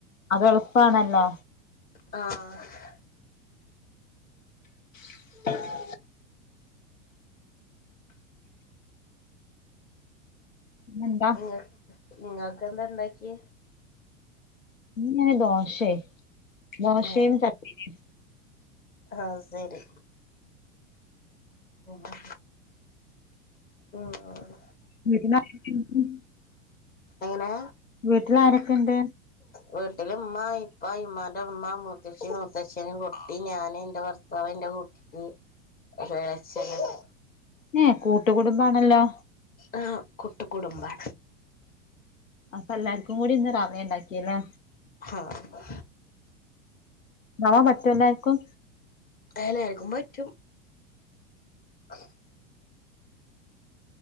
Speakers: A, on the left; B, on the left.
A: അത് എളുപ്പാണല്ലോ
B: ആഹ്
A: <inaudible> ഇന്നെന്താ
B: ഇങ് ഇങ്ങക്കന്താണ്ടാക്കിയ
A: ന്ന് ദോശേ ദശേന്ന്
B: ഏഹ്
A: ചടിനി
B: <inaudible> ആഹ് ശരി <unintelligible> ഉം. അഹ്
A: വീട്ടിൽ <unintelligible>
B: എങ്ങനെ..
A: വീട്ടിൽ ആരൊക്കെണ്ട്
B: വീട്ടില് ഉമ്മ ഇപ്പ ഇമ്മാന്റെ ഉമ്മ മുത്തശ്ശി മൂത്തശൻ കുട്ടി ഞാന് ന്റെ ഭർത്താവ് ന്റെ കൂട്ടി നി <unintelligible>
A: ഏ കൂട്ടുകടുബാണല്ലോ?
B: ആഹ് കൂട്ട്കുടുംബാ
A: അപ്പ എല്ലാർക്കും കൂടി ഇന്ന് റവയണ്ടാക്കിയലെ
B: ഹഹാ
A: റവ പറ്റുല്ലാർക്കും
B: എലർക്കും പറ്റും <inaudible>